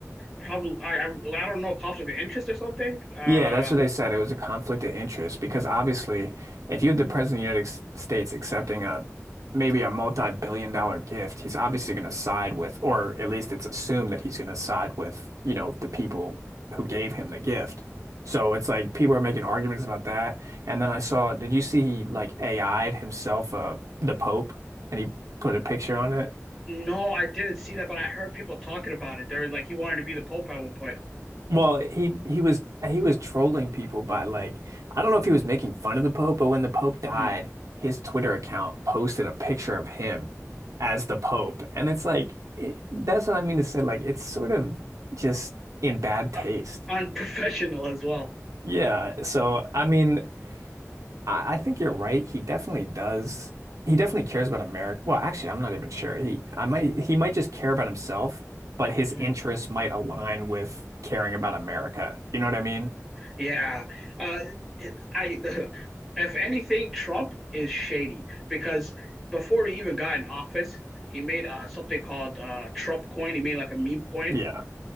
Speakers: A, in the centre; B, on the right.
A: probably I, I I don't know conflict of interest or something. Uh,
B: Yeah, that's what they said. It was a conflict of interest because obviously, if you have the President of the United S- States accepting a maybe a multi-billion dollar gift, he's obviously going to side with, or at least it's assumed that he's going to side with, you know, the people who gave him the gift. So it's like people are making arguments about that. And then I saw, did you see he like AI'd himself uh, the Pope and he put a picture on it?
A: No, I didn't see that, but I heard people talking about it. They were like, he wanted to be the Pope at one point.
B: Well, he he was he was trolling people by like I don't know if he was making fun of the Pope, but when the Pope died,
A: hmm
B: his Twitter account posted a picture of him as the Pope, and it's like it, that's what I mean to say. Like it's sort of just in bad taste.
A: Uh, Unprofessional as well.
B: Yeah. So I mean, I, I think you're right. He definitely does. He definitely cares about America. Well, actually, I'm not even sure. He I might he might just care about himself, but his
A: hmm
B: interests might align with caring about America. You know what I mean?
A: Yeah. Uh, it- I, <laughs> if anything, Trump is shady because before he even got in office, he made uh, something called uh, Trump coin. He made like a meme coin
B: Yeah.